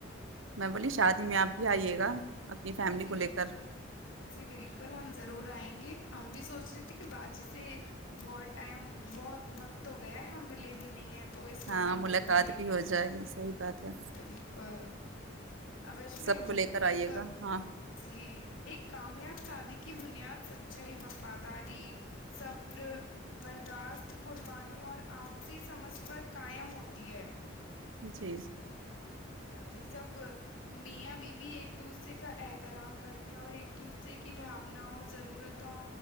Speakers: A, on the right; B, on the left.
A: میں بولی شادی میں آپ بھی آئیے گا اپنی فیملی
B: جی
A: کو لے
B: بالکل
A: کر
B: جی بالکل کل ہم ضرور آئیں گے ہم بھی سوچ رہے تھ بج سے بٹ ٹائم بہت وقت ہو گیا ہے ہم م لے بھی نہیں ہیں تو اس
A: ہاں
B: بہانے
A: ملاقات
B: مل بھی لیں گے
A: ہو جائے گی صحیح بات ہے
B: بالکل ابش میں
A: سب
B: یہ
A: کو
B: بولوں
A: لے کر
B: کہ ایک
A: آئیے گا ہاں
B: جی ایک کامیاب شادی کی بنیاد سچائی وفاداری صبر برداشت قربانی اور آپسی سمجھ پر قائم ہوتی ہے
A: جی
B: ہاں جی جب میاں بیوی ایک دوسرے کا احترام کرتے ہیں اور ایک دوسرے کی بھوناؤں ضرورتوں